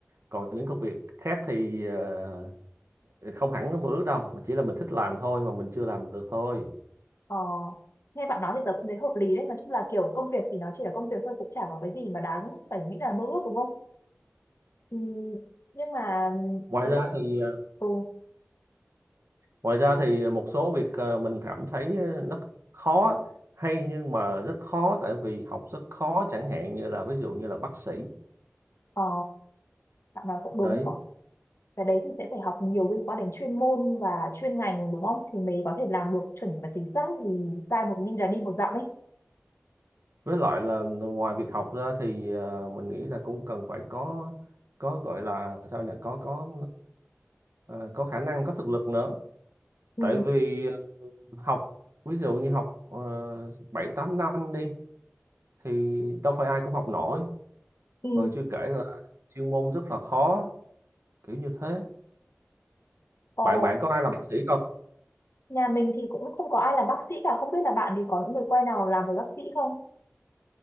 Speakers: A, on the right; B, on the left.
A: còn những công việc khác thì à, không hẳn nó mơ ước đâu mà chỉ là mình thích làm thôi mà mình chưa làm được thôi
B: Ờ, nghe bạn nói thì tớ cũng thấy hợp lý đấy. Nói chung là kiểu công việc thì nó chỉ là công việc thôi, cũng chả có cái gì mà đáng phải nghĩ là mơ ước đúng không? Ừ, nhưng mà
A: ngoài
B: cái
A: ra
B: lúc
A: thì à,
B: ừ,
A: ngoài ra thì một số việc à, mình cảm thấy nó khó hay nhưng mà rất khó tại vì học rất khó chẳng hạn như là ví dụ như là bác sĩ
B: ờ, bạn nào cũng đúng
A: đấy
B: cậu cái đấy thì sẽ phải học nhiều liên quan đến chuyên môn và chuyên ngành đúng không thì mới có thể làm được chuẩn và chính xác vì sai một linh là đi một dặm ấy
A: với lại là ngoài việc học ra thì ờ, mình nghĩ là cũng cần phải có có gọi là sao nhỉ có có ờ, ờ, có khả năng có thực lực nữa
B: ừ,
A: tại vì ờ, học ví dụ như học uh, 7 8 năm đi thì đâu phải ai cũng học nổi
B: ừ.
A: rồi chưa kể là chuyên môn rất là khó kiểu như thế
B: Ồ,
A: bạn bạn có ai làm bác sĩ không
B: nhà mình thì cũng không có ai làm bác sĩ cả không biết là bạn thì có những người quen nào làm về bác sĩ không